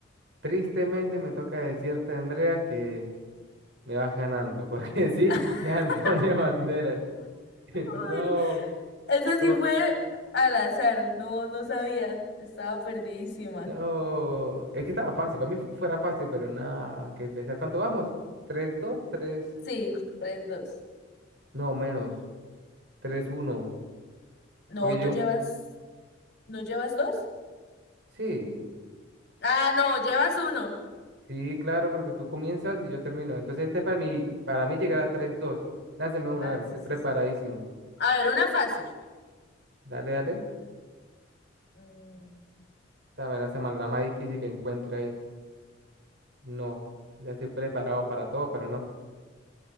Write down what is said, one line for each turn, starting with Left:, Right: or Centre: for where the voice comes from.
Right: Tristemente me toca decirte, Andrea, que me vas ganando. Porque
Left: <laughs>
Right: <laughs> sí, es Antonio Banderas. <laughs> No.
Left: Uy, esa sí
Right: No.
Left: fue al azar, no, no sabía, estaba perdidísima.
Right: no. Es que estaba fácil. Para mí fuera fácil, pero nada que pensar. ¿Cuánto vamos? Tres, dos, tres.
Left: Sí, tres, dos.
Right: No, menos. Tres uno.
Left: No,
Right: Porque
Left: tú
Right: yo.
Left: llevas, ¿no llevas dos?
Right: Sí.
Left: Ah, no, llevas uno.
Right: Sí, claro, porque tú comienzas y yo termino. Entonces, este es para mí, para mí llegar a tres, dos. Lánzame uno,
Left: Ah,
Right: a ver, estoy
Left: sí, sí,
Right: preparadísimo.
Left: sí. A ver, una fácil.
Right: Dale, dale.
Left: Mm,
Right: Dame, lánzame la más difícil que encuentre ahí. No, ya estoy preparado para todo, pero no.